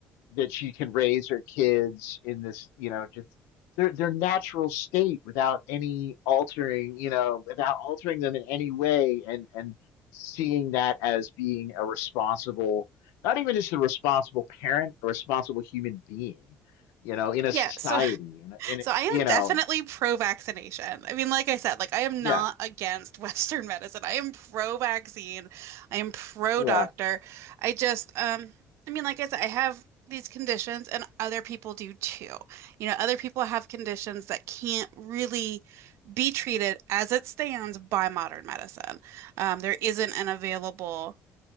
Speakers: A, on the left; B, on the right.
A: that she can raise her kids in this, you know, just their their natural state without any altering, you know, without altering them in any way, and and seeing that as being a responsible, not even just a responsible parent, a responsible human being, you know, in a
B: Yeah,
A: society,
B: so
A: in a, in
B: So
A: a,
B: I am
A: you
B: definitely
A: know,
B: pro-vaccination. I mean, like I said, like I am
A: yeah,
B: not against <laughs> Western medicine. I am pro-vaccine. I am pro-doctor.
A: yeah,
B: I just, um, I mean, like I said, I have these conditions and other people do too. You know, other people have conditions that can't really be treated as it stands by modern medicine. Um, there isn't an available